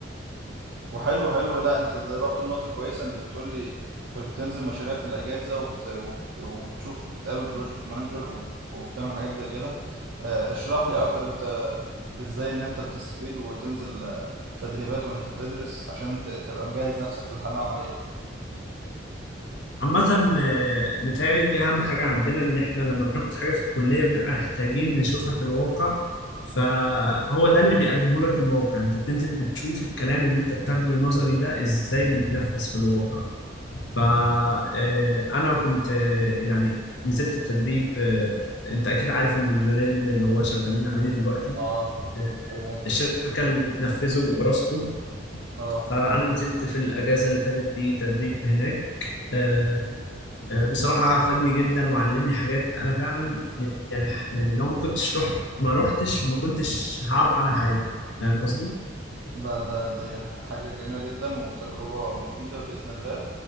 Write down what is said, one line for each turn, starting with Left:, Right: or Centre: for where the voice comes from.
Right: وحلو حلو لا انت ده رحت لنقطة كويسة انت بتقول لي كنت بتنزل مشاريع في الأجازة وبت... وبت... وبتشوف بتقابل بروجكت مانجر وب... وبتعمل حاجات زي كده آه، اشرح لي أكتر انت ازاي ان انت بتستفيد وتنزل آه، تدريبات وانت بتدرس عشان ت... تبقى مجهز نفسك للحالة العملية
Left: عامة آه، متهيألي دي أهم حاجة عندنا إن إحنا لما بناخد حاجة في الكلية بنبقى محتاجين نشوفها في الواقع فهو ده اللي بيقدمه لك الموقع يعني أنت بتنزل بتشوف الكلام اللي أنت بتاخده نظري ده إزاي بيتنفذ في الواقع فأنا كنت آه، يعني نزلت تدريب آه، أنت أكيد عارف المونوريل اللي هو شغالين عليه دلوقتي
Right: اه
Left: آه،
Right: تمام
Left: الشركة اللي بتنفذه أوراسكوم
Right: اه
Left: فأنا نزلت في الأجازة اللي فاتت دي تدريب هناك آه، آه، بصراحة فادني جدا وعلمني حاجات أنا فعلا يعني يعني لو ما كنتش رحت ما رحتش ما كنتش هعرف عنها حاجة فاهم قصدي؟
Right: لا ده دي حاجة جميلة جدا وتجربة مفيدة بإذن الله